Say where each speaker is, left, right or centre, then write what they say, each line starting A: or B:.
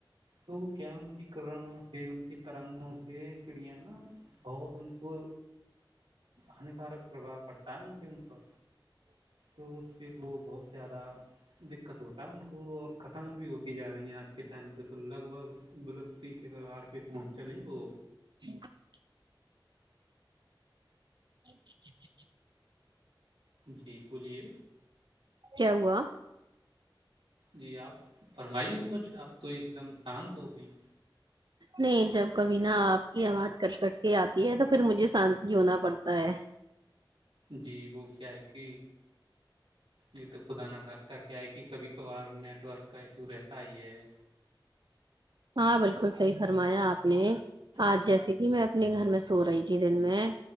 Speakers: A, on the right; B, on the right.
A: تو کیا ان کی کرنوں سے ان کی ترنگوں سے چڑیا ہے نا بہت ان کو ہانیکارک پرباؤ پڑتا ہے ان کے اپر تو اس پ وہ بہت زیادہ دقت ہوتا ہے ان کو اور ختم بھی ہوتی جا رہی ہیں آج کے ٹائم پہ تو لگ بھگ ولپتی کے کار پہ پہنچ چلی وہ
B: ہ <unintelligible> اچ <unintelligible>
A: جی بولیے
B: کیا ہوا
A: جی آپ فرمائیے کچھ آپ تو ایک دم شانت ہو گئی ہیں
B: نہیں جب کبھی نا آپ کی آواز کٹ کٹ کے آتی ہے تو پھر مجھے شانت ہی ہونا پڑھتا ہے
A: جی وہ کیا ہے کہ یہ تو خدا نہ کرتا کیا ہے کہ کبھی کبھار نیٹ ورک کا ایشو رہتا ہی ہے
B: ہاں بالکل صحیح فرمایا آپ نے آج جیسے کہ میں اپنے گھر میں سو رہی تھی دن میں